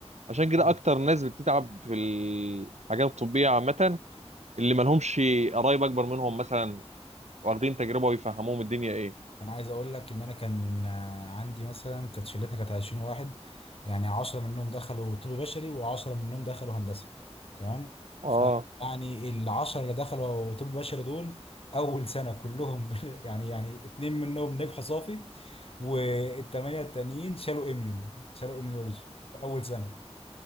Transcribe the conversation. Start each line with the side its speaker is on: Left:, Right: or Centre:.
Right: عشان كده
Left: مم.
Right: اكتر ناس بتتعب في الحاجات الطبيه عامه اللي ما لهمش قرايب اكبر منهم مثلا واخدين تجربه ويفهموهم الدنيا ايه
Left: انا عايز اقول لك ان انا كان آه، عندي مثلا كانت شلتنا كانت 20 واحد يعني 10 منهم دخلوا طب بشري و10 منهم دخلوا هندسه تمام
Right: اه
Left: فيعني ال 10 اللي دخلوا طب بشري دول اول سنه كلهم <laughs> بال- يعني يعني اتنين منهم نجحوا صافي والثمانيه التانيين شالوا اميون شالوا اميونولوجي في اول سنه